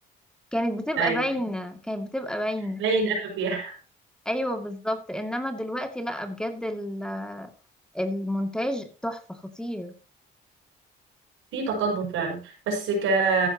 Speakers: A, in the centre; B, on the right.
A: كانت بتبقى
B: أيوه
A: باينة كانت بتبقى باينة
B: باين قوي <laughs>
A: ايوه بالظبط انما دلوقتي لا بجد ال- المونتاج تحفة خطير
B: في تقدم فعلا بس ك